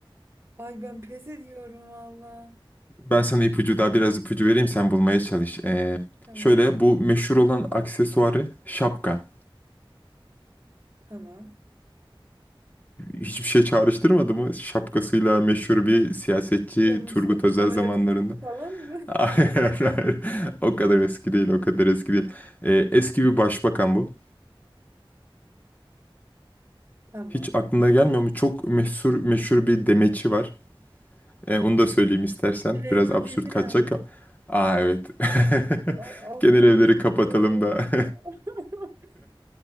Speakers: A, on the right (about 30°); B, on the left (about 20°).
A: Ay ben pes ediyorum valla.
B: Ben sana ipucu daha biraz ipucu vereyim sen bulmaya çalış. E,
A: Tamam.
B: şöyle bu meşhur olan aksesuarı şapka.
A: Tamam.
B: hiçbir şey çağrıştırmadı mı? Şapkasıyla meşhur bir siyasetçi
A: Ya Mustafa
B: Turgut Özel
A: Kemal
B: zamanlarında.
A: Atatürk falan mı?
B: <laughs> Hayır, hayır. O kadar eski değil, o kadar eski değil. Ee, eski bir başbakan bu.
A: <laughs> Tamam.
B: Hiç aklına gelmiyor mu? Çok meşhur meşhur bir demeçi var. Ee, onu da söyleyeyim istersen.
A: Süleyman
B: Biraz absürt
A: Demirel.
B: kaçacak ama. Aa evet. <laughs>
A: Ay Allah'ım
B: Genel evleri kapatalım
A: ya.
B: da. <laughs>
A: <laughs>